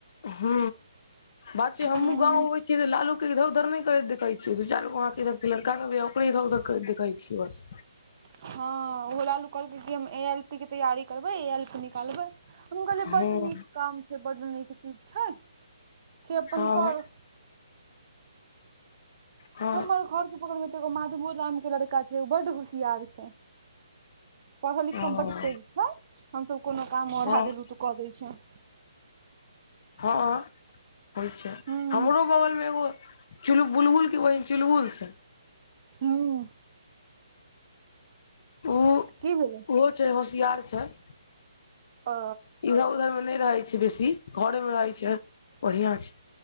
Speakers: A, on the left; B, on the right.
A: हू बात छै
B: हूँ
A: हमूँ गाँंव अबै छी छिय त लालू के इधर उधर नई करत देखे छीय छै दू चार गो आंख इधर सऽ लड़का के भी हम इधर उधर करैत देखैई छियई बस
B: हँ ओहो लालू कहलके कि हम ए एल पी के तैयारी करबै ए एल पी निकालबै हम कहलियै
A: हँ
B: बड नीक काम छैय बड नीक चीज छैय से अपन
A: हँ
B: कर
A: हँ
B: हमर घर के बगल मे तऽ एगो माधबो राम के लड़का छैय ओ बड्ड होुशियार छैय पढ़ऽ लिखय
A: हँ
B: मऽ बड तेज छैय हम सब कोनो काम ओढ़ा
A: हँ
B: देलू तऽ कऽ दै छैय
A: हँ होइ छैय
B: हूं
A: हमरो बगलमे एगो चुल बुलबुलके बहिन चुलबुल छैय।
B: हूं
A: ओ
B: की भेलै?
A: ओहो छैय होशियार छैय।
B: अ
A: इधर उधरमें नहि रहे छैय बेसी घरे मे रहे छैय बढ़िया छैय।